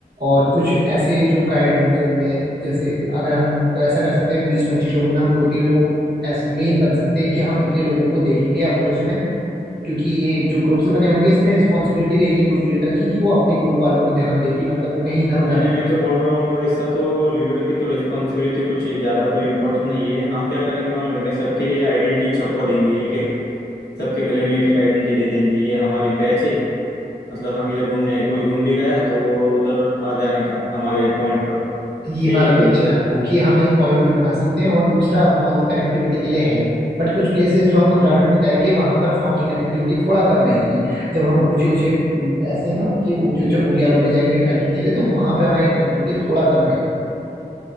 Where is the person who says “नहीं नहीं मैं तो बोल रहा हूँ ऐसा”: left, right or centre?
Left